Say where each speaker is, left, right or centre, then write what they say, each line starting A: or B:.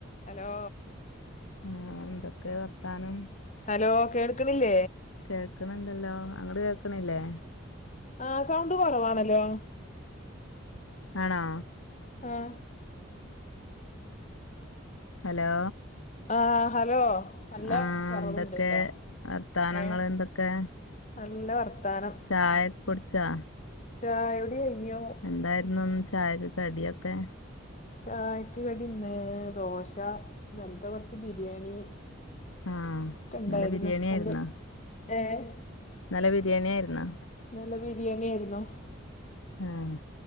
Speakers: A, on the left; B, on the left.
A: ഹലോ
B: ആഹ് എന്തൊക്കേ വർത്താനം
A: ഹലോ കേൾക്കിണില്ലേ
B: കേൾക്ക്ണ്‌ണ്ടല്ലോ അങ്ങട് കേക്കണി ല്ലേ
A: ആഹ് സൗണ്ട് കൊറവാണലോ
B: ആണോ
A: ആഹ്
B: ഹലോ
A: ആഹ് ഹലോ നല്ല
B: ആഹ്
A: കൊറവുണ്ട്ട്ടാ
B: എന്തൊക്കെ വർത്താനങ്ങൾ
A: ഏഹ്
B: എന്തൊക്കെ
A: നല്ല വർത്താനം
B: ചായാ ക്കുടിച്ചാ
A: ചായുടി കയിഞ്ഞു
B: എന്തായിരുന്നു ന്ന് ചായക് കടിയൊക്കെ
A: ചായക്ക് കടി ഇന്ന് ദോശ ഇന്നൽത്തെ കൊറച്ച് ബിരിയാണീ
B: ആഹ്
A: കണ്ടായിരുന്നു
B: ഇന്നലെ ബിരിയാണി
A: അന്റെ
B: ആയിരുന്നോ
A: ഏഹ്
B: ഇന്നലെ വിരിയാണിയായിരുന്നാ?
A: ഇന്നലെ ബിരിയാണിയായിരുന്നോ?
B: ആഹ്